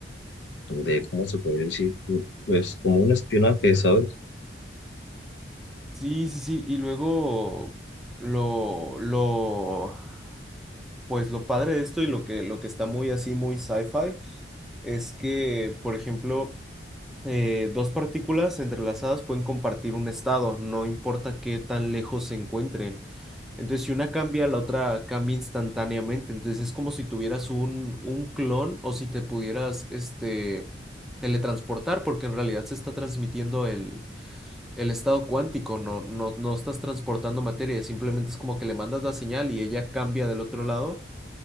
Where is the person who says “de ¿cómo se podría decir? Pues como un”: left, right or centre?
Left